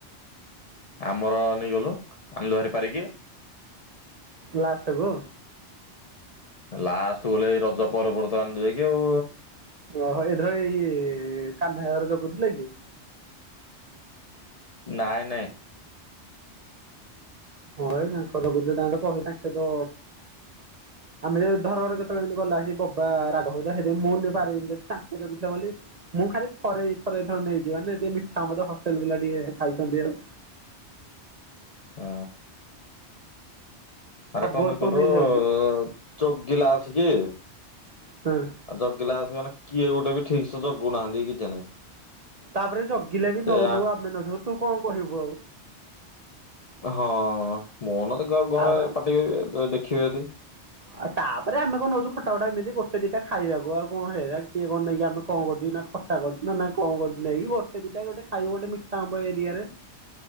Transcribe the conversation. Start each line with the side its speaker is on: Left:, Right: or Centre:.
Left: ଆମର ନେଇଗଲୁ ଆଣିଲୁ ହାରି ପାରିକି।
Right: ଲାଷ୍ଟକୁ?
Left: ଲାଷ୍ଟ ବୋଇଲେ ଏଇ ରଜ ପରେ-ପରେ ତ ଆଣିଲୁ ଯାଇକି ଆଉ।
Right: ଓହୋ ଏଇଥର ଏଇ କାନ୍ହା ହାଇ ଘର ଜଗୁଥିଲେ କି?
Left: ନାଇଁ-ନାଇଁ।
Right: ହଁ ଏଇ ତାଙ୍କର ଜଗୁଥିଲେ ତାଙ୍କ ତ କହି ତାଙ୍କେ ତ
Left: ହଁ <inaudible>
Right: ଆମେ ଯଦି ଧରର କେତବଳେ ଯେମିତି ଗଲା ସେ ବବା ରାଘବା ସେ ମୁଁ ପାରିବି ଯଦି ତାଙ୍କେ ଜଗିଥିବେ ବୋଲି ମୁଁ ଖାଲି ଥରେ ଦି ଥର ଏଇଥର ନେଇଚି, ମାନେ ଟିକେ ମିଠା ଆମ୍ବ ତ ହଷ୍ଟେଲ୍ ପିଲା ଟିକେ ଖାଇଛନ୍ତି ଆଉ।
Left: ହୁଁ। ଆରେ
Right: ସବୁ
Left: କଣ
Right: ବର୍ଷ
Left: <unintelligible>
Right: ମୁଁ ନେଇଯାଉଛି
Left: ଜଗିଲା ଆସକିି।
Right: ହୁଁ।
Left: ଆଉ ଜଗିଲା ଆସିକି ମାନେ କିଏ ଗୋଟେ ବି ଠିକସେ ଜଗୁନାହାନ୍ତି କିଛି ନାହିଁ।
Right: ତାପରେ ଜଗିଲେ ବି
Left: ସେ
Right: ନଉ-ନଉ
Left: ଆ
Right: ଆମେ ନଉ ତୁ କଣ କହିବୁ ଆଉ।
Left: ହଁ ମୁଁ ନେଲେ ଘରେ
Right: ତାପରେ
Left: ପାଟି କରିବେ ଦେଖିବେ ଯଦି।
Right: ଆଉ ତାପରେ ଆମେ କଣ ନଉଚୁ ଖଟା ଫଟା ଏମିତି ଗଟେ ଦିଟା ଖଇବାକୁ ଆଉ କଣ ହେରା କିଏ କଣ ନେଇକି ଆମେ କଣ କରୁଚୁ ନା। ଖଟା କରୁଚୁ ନା-ନା କଣ କରୁଚୁ ନେଇକି ଗୋଟେ ଦିଟା ଗୋଟେ ଖାଇବୁ ଗୋଟେ ମିଠା ଆମ୍ୱ ଏରିଆରେ।